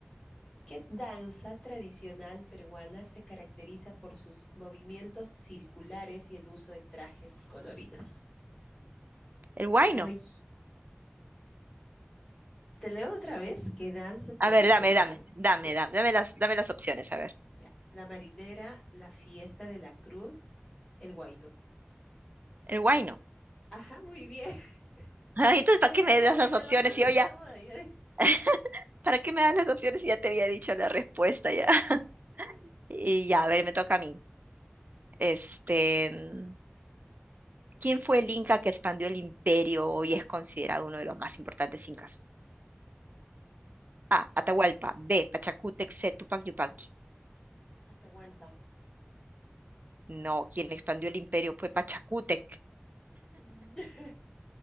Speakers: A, on the left; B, on the right.
A: ¿Qué danza tradicional peruana se caracteriza por sus movimientos circulares y el uso de trajes coloridos?
B: El guayno.
A: Te doy, te leo otra vez, ¿qué danza tradicional?
B: A ver, dame, dame, dame,
A: pe-
B: dame, dame las, dame las opciones, a ver.
A: ya, la marinera, la fiesta de la cruz, el guayno.
B: El guayno.
A: Ajá, muy bien. <laughs>
B: <laughs> Ay, Entonces,
A: Ya
B: ¿para
A: di,
B: qué
A: pero
B: me
A: como
B: das
A: que
B: las
A: te
B: opciones
A: lo sabes
B: si yo ya,
A: todo, ya <laughs> di.
B: <laughs> ¿para qué me das las opciones si ya te había dicho la respuesta ya? <laughs> Y ya, a ver, me toca a mí. Este, mm, ¿quién fue el Inca que expandió el imperio y es considerado uno de los más importantes incas?
A: Mm,
B: A. Atahualpa. B. Pachacútec. C. Tupac Yupanqui.
A: Atahualpa.
B: No, quien expandió
A: Mm,
B: el imperio fue Pachacútec.
A: mm. <laughs>